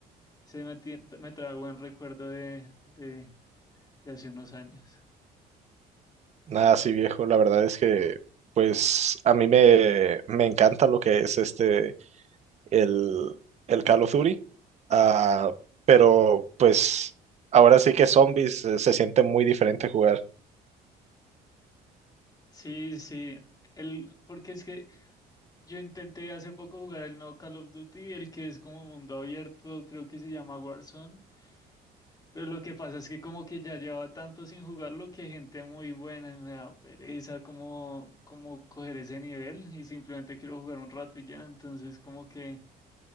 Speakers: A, on the left; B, on the right.
A: Se me, tie- me trae buen recuerdo de, de, de hace unos años.
B: Nada así viejo, la verdad es que pues a mí me, me encanta lo que es este, el, el Call of Duty, ah, pero pues ahora sí que zombies eh, se siente muy diferente jugar.
A: Sí, sí. El, porque es que Yo intenté hace poco jugar el nuevo Call of Duty, el que es como mundo abierto, creo que se llama Warzone, pero lo que pasa es que como que ya llevaba tanto sin jugarlo que gente muy buena y me da pereza como, como coger ese nivel y simplemente quiero jugar un rato y ya, entonces como que